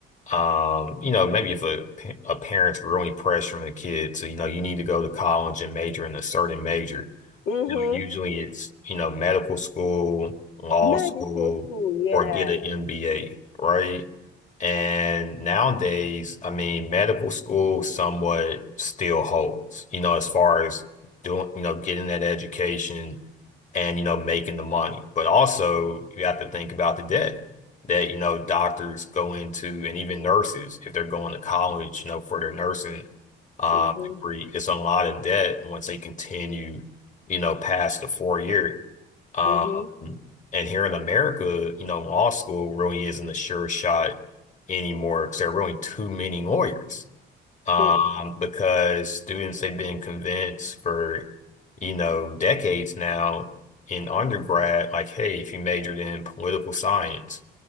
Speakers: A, on the left (about 40°); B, on the left (about 85°).
A: Um, you know, maybe if a, pa- a parent's really pressuring the kid to, you know, you need to go to college and major in a certain major,
B: Mm-hmm.
A: you know, usually it's, you know, medical school, law
B: Medical
A: school,
B: school, yeah.
A: or get an MBA, right? And nowadays, I mean, medical school somewhat still holds, you know, as far as doing, you know, getting that education and, you know, making the money. But also, you have to think about the debt that, you know, doctors go into and even nurses, if they're going to college, you know, for their nursing um,
B: Mm-hmm.
A: degree, it's a lot of debt once they continue you know, past the four year. Um,
B: Mm-hmm.
A: and here in America, you know, law school really isn't a sure shot anymore because there are really too many lawyers. Um,
B: Mm-hmm.
A: because students have been convinced for, you know, decades now in undergrad, like, hey, if you majored in political science,